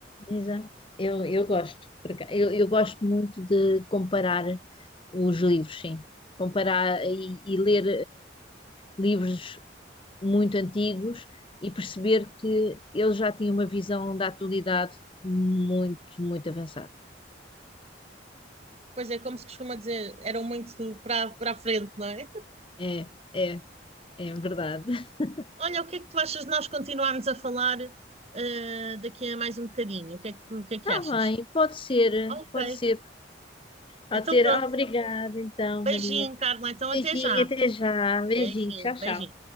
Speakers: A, on the left (about 30°); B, on the right (about 35°).
A: Exato. Eu, eu gosto. por aca- Eu, eu gosto muito de comparar os livros, sim. Comparar e, e ler. livros muito antigos e perceber que ele já tinha uma visão da atualidade muito, muito avançada.
B: Pois é, como se costuma dizer, eram muito para, para a frente, não é?
A: É, é, é é verdade. <laughs>
B: Olha, o que é que tu achas de nós continuarmos a falar eh, daqui a mais um bocadinho? O que é que, o que é que
A: Está
B: achas?
A: bem, pode ser,
B: Ok,
A: pode ser. Pode
B: então
A: ser.
B: pronto.
A: Obrigada, então,
B: Beijinho,
A: Maria.
B: Carla. Então até
A: Beijinho,
B: já.
A: até já. Beijinho,
B: Beijinho,
A: tchau,
B: beijinho.
A: tchau.